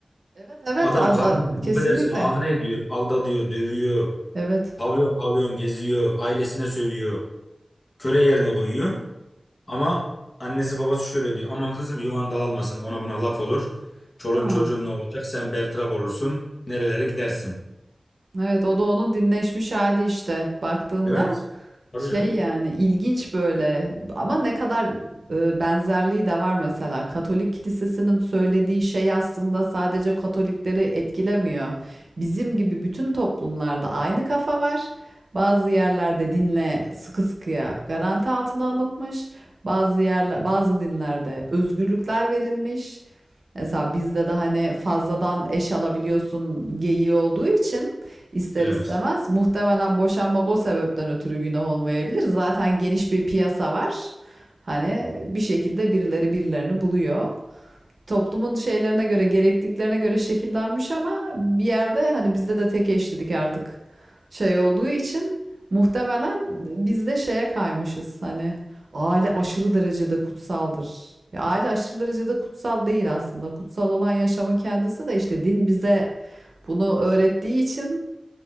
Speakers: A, on the right; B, on the left.
A: Evet evet
B: Adam
A: az,
B: kadın
A: az- kesinlikle.
B: affedersin ağzına ediyor. Aldatıyor, dövüyor.
A: Evet.
B: Pavyon pavyon geziyor. Ailesine sövüyor. Köle yerine koyuyor. Ama annesi babası şöyle diyor. Aman kızım yuvan dağılmasın ona buna laf olur. Çoluğun
A: Değil mi?
B: çocuğun ne olacak? Sen bertrab olursun. Nerelere gidersin?
A: Evet o da onun dinleşmiş hali işte baktığında
B: Evet. Tabii
A: Şey
B: canım.
A: yani ilginç böyle ama ne kadar e, benzerliği de var mesela. Katolik kilisesinin söylediği şey aslında sadece Katolikleri etkilemiyor. Bizim gibi bütün toplumlarda aynı kafa var. Bazı yerlerde dinle sıkı sıkıya garanti altına alınmış. Bazı yerler, bazı dinlerde özgürlükler verilmiş. Mesela bizde de hani fazladan eş alabiliyorsun geyiği olduğu için ister
B: Evet.
A: istemez. Muhtemelen boşanmak o sebepten ötürü günah olmayabilir. Zaten geniş bir piyasa var. Hani bir şekilde birileri birilerini buluyor. Toplumun şeylerine göre, gerekliliklerine göre şekillenmiş ama bir yerde hani bizde de tek eşlilik artık şey olduğu için muhtemelen bizde şeye kaymışız hani aile aşırı derecede kutsaldır. Ya aile aşırı derecede kutsal değil aslında. Kutsal olan yaşamın kendisi de işte din bize bunu öğrettiği için